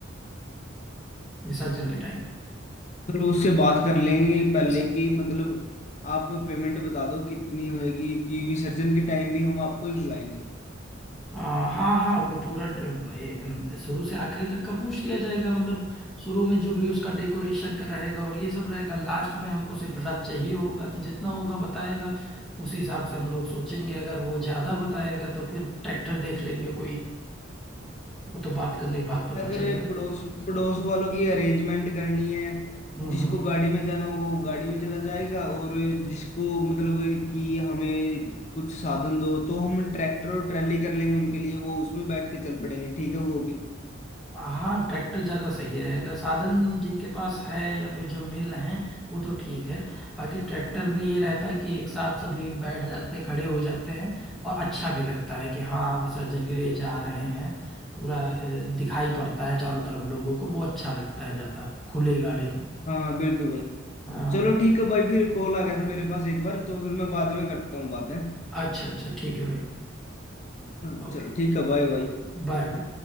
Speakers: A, in the centre; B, on the left.
A: विसर्जन के टाइम
B: फिर उससे बात कर लेंगे पहले की मतलब आप पेमेंट बता दो कितनी होएगी कि विसर्जन के टाइम भी हम आपको ही बुलाएंगे
A: आ, हाँ हाँ वो पूरा ड- ए, शुरू से आखिरी तक का पूछ लिया जाएगा मतलब शुरू में जो भी उसका डेकोरेशन का रहेगा और ये सब रहेगा लास्ट में हमको सिर्फ रथ चाहिए होगा तो जितना होगा बताएगा उसी हिसाब से हम लोग सोचेंगे अगर वो ज्यादा बताएगा तो फिर ट्रैक्टर देख लेंगे कोई वो तो बात करने के बाद पता
B: अगर
A: चलेगा ना
B: पड़ोस पड़ोस वालों की अरेंजमेंट करनी है
A: हम्म
B: जिसको
A: हम्म
B: गाड़ी में जाना होगा वो गाड़ी में चला जाएगा और जिसको मतलब कि हमें कुछ साधन दो तो हम ट्रैक्टर और ट्रैली कर लेंगे उनके लिए वो उसमें बैठ के चल पड़ेंगे ठीक है वो भी
A: हाँ ट्रैक्टर ज़्यादा सही रहेगा साधन जिनके पास है या फिर जो मिल रहे हैं वो तो ठीक है बाकी ट्रैक्टर में ये रहता है कि एक साथ सभी बैठ जाते हैं खड़े हो जाते हैं और अच्छा भी लगता है कि हाँ विसर्जन के लिए जा रहे हैं पूरा अ, दिखाई पड़ता है चारों तरफ लोगों को वो अच्छा लगता है ज़्यादा खुली गाड़ी में
B: हाँ हाँ बिल्कुल भाई
A: हाँ
B: चलो ठीक है भाई फिर कॉल आ गया था मेरे पास एक बार तो फिर मैं बाद में करता हूँ बात है
A: अच्छा अच्छा ठीक है भाई
B: हाँ
A: ओके
B: चलो ठीक है बाय बाय
A: Bye bye